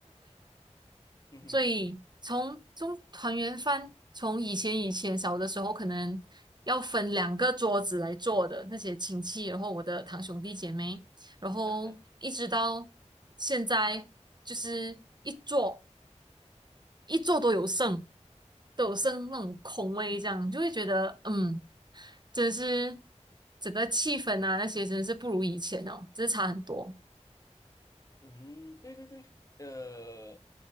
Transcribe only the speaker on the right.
所以从从团圆饭，从以前以前小的时候，可能要分两个桌子来坐的那些亲戚，然后我的堂兄弟姐妹，然后一直到现在，
就是一桌一桌都有剩，都有剩那种空位，这样就会觉得，嗯，真是整个气氛啊那些真的是不如以前哦，真是差很多。